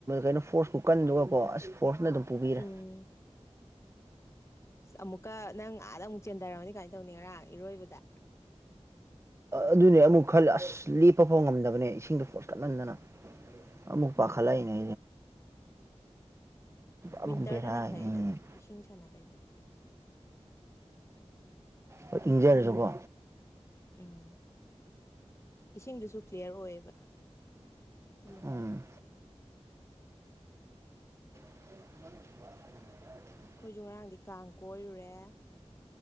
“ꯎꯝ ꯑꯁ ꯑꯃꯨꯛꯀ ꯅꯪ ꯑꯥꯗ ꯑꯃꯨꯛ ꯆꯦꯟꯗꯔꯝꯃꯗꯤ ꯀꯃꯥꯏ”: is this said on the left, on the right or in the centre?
Left